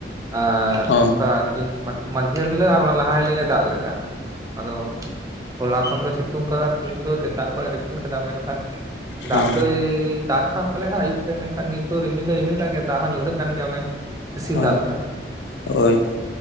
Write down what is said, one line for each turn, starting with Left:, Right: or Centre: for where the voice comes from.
Right: ᱟᱸ
Left: ᱦᱳᱭ
Right: ᱚᱝᱠᱟ ᱟᱨᱠᱤ ᱢᱟᱸᱫᱷᱮᱨ ᱦᱤᱞᱳᱜ ᱟᱨ ᱚᱱᱟ ᱞᱟᱦᱟ ᱦᱤᱞᱳᱜ ᱮ ᱫᱟᱜ ᱞᱮᱜᱼᱟ᱾ ᱟᱫᱚ ᱦᱚᱞᱟ ᱠᱷᱚᱱ ᱫᱚᱭ ᱥᱤᱛᱩᱝ ᱠᱟᱫᱟ ᱛᱤᱦᱤᱧ ᱫᱚ ᱥᱮᱛᱟᱜ ᱠᱷᱚᱡᱮ ᱨᱤᱯᱤᱞ ᱠᱟᱫᱟ ᱢᱮᱱᱠᱷᱟᱱ ᱫᱟᱜ
Left: ᱦᱳᱭ
Right: ᱫᱚᱭ ᱫᱟᱜ ᱦᱟᱜ ᱯᱟᱞᱮ ᱦᱟᱸᱜ ᱟᱭᱩᱵ ᱥᱮᱜ ᱢᱮᱱᱠᱷᱟᱱ ᱱᱤᱛ ᱫᱚ ᱨᱤᱢᱤᱞ ᱫᱚ ᱨᱤᱢᱤᱞ ᱠᱟᱜ ᱜᱮᱭᱟ ᱫᱟᱜ ᱦᱚᱸ ᱧᱩᱨᱦᱟᱹᱜ ᱠᱟᱱ ᱜᱮᱭᱟ ᱚᱱᱮ ᱥᱤᱥᱤᱨ
Left: ᱦᱳᱭ
Right: ᱫᱟᱜ ᱞᱮᱠᱟ᱾
Left: ᱦᱳᱭ